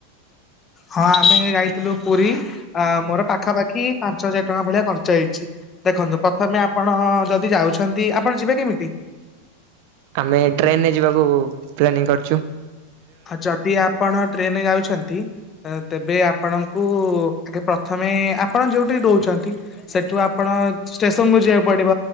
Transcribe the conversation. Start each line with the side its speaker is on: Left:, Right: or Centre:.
Left: ହଁ ଆମେ ଯାଇଥିଲୁ ପୁରୀ ଆ ମୋର ପାଖାପାଖି ପାଞ୍ଚ ହଜାର ଟଙ୍କା ଭଳିଆ ଖର୍ଚ୍ଚ ହେଇଚି। ଦେଖନ୍ତୁ ପ୍ରଥମେ ଆପଣ ଯଦି ଯାଉଛନ୍ତି ଆପଣ ଯିବେ କେମିତି?
Right: ଆମେ ଟ୍ରେନରେ ଯିବାକୁ ପ୍ଲାନିଂ କରିଚୁ।
Left: ଆଉ ଯଦି ଆପଣ ଟ୍ରେନରେ ଯାଉଛନ୍ତି ଅଁ ତେବେ ଆପଣଙ୍କୁ ପ୍ରଥମେ ଆପଣ ଯୋଉଠି ରୋହୁଉଛନ୍ତି ସେଠୁ ଆପଣ ଷ୍ଟେସନକୁୁ ଯିବାକୁ ପଡ଼ିବ।